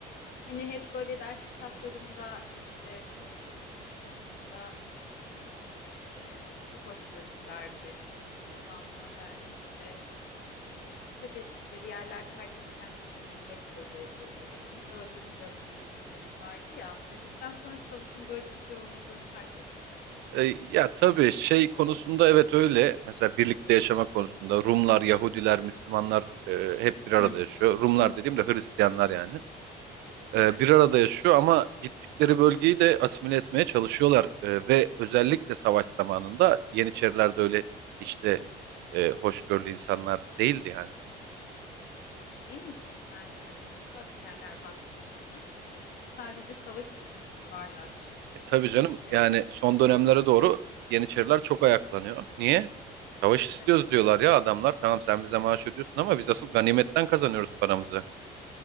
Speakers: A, on the left; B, on the right.
A: Hani hep böyle ders kitaplarında işte çok din konusunda nasıl diyeyim? Ee, işte çok hoşgörülülerdi. Ondan sonra işte e, fethettikleri yerlerde herkes kendi dinini yaşıyordu, ediyordu. Kimse öldürülmüyordu gibi bir izlenim vardı ya. Büyüdükten sonra savaşın böyle bir şey olmadığını fark ettim ben.
B: E, ya tabii şey konusunda evet öyle. Mesela birlikte yaşama konusunda Rumlar, Yahudiler, Müslümanlar e, hep bir arada
A: Hı hı.
B: yaşıyor. Rumlar dediğim de Hristiyanlar yani. E,
A: Evet.
B: bir arada yaşıyor ama gittikleri bölgeyi de asimile etmeye çalışıyorlar. E, ve özellikle savaş zamanında Yeniçeriler de öyle işte e, hoşgörülü insanlar değildi yani.
A: Değil mi çok yani acımasız askerler baktığın zaman sadece savaş için varlar
B: E, tabii
A: gibi
B: canım
A: bir şey.
B: yani son dönemlere doğru Yeniçeriler çok ayaklanıyor. Niye? Savaş istiyoruz
A: Evet.
B: diyorlar ya adamlar. Tamam sen bize maaş ödüyorsun ama biz asıl ganimetten kazanıyoruz paramızı.